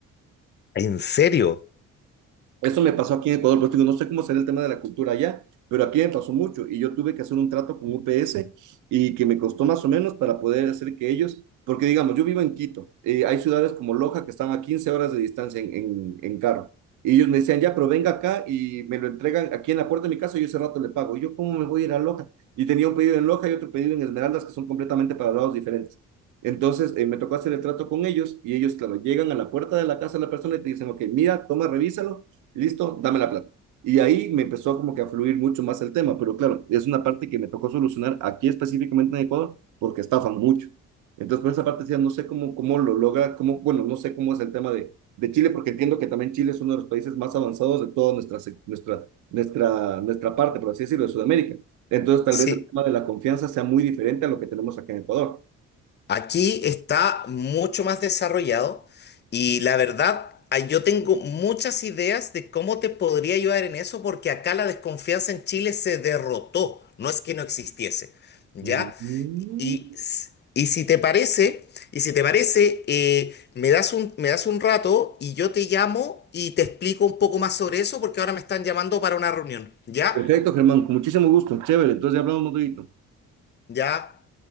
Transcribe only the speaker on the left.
¿En serio?
Sí.
Aquí está mucho más desarrollado y la verdad, ah, yo tengo muchas ideas de cómo te podría ayudar en eso porque acá la desconfianza en Chile se derrotó, no es que no existiese, ¿ya?
Y, s- y si te parece, y si te parece, eh, me das un, me das un rato y yo te llamo y te explico un poco más sobre eso porque ahora me están llamando para una reunión, ¿ya?
¿Ya?